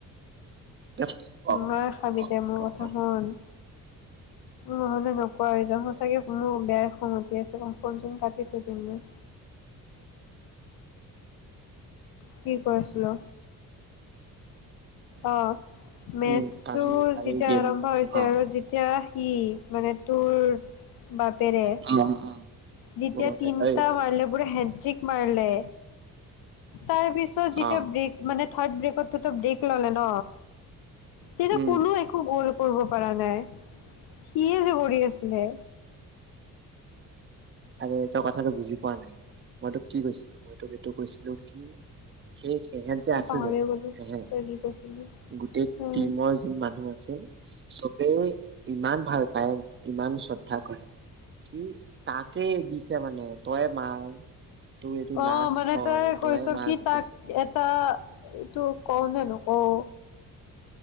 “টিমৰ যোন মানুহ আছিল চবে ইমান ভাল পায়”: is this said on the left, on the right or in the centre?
Right